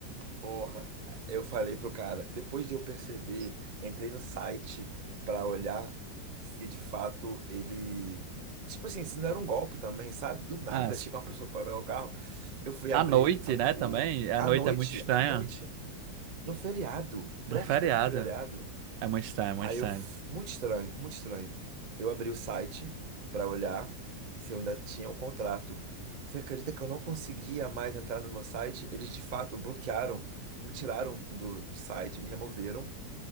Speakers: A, on the right; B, on the right.
A: Porra, eu falei pro cara, depois de eu perceber, entrei no site pra olhar se de fato ele. Tipo assim, se não era um golpe também, sabe? Do nada
B: Ah, s-
A: chega uma pessoa pra pegar o carro. Eu fui
B: à
A: abrir
B: noite,
A: a, co-
B: né,
A: o,
B: também? A
A: à
B: noite
A: noite,
B: é muito estranha.
A: à noite, no feriado,
B: Uma
A: pré-véspera
B: feriado
A: de feriado.
B: É muito estranho, é muito
A: Aí
B: estranho.
A: eu, f- muito estranho, muito estranho. Eu abri o site pra olhar se eu ainda tinha o contrato. Você acredita que eu não conseguia mais entrar no meu site? Eles de fato bloquearam e me tiraram do, do site, me removeram.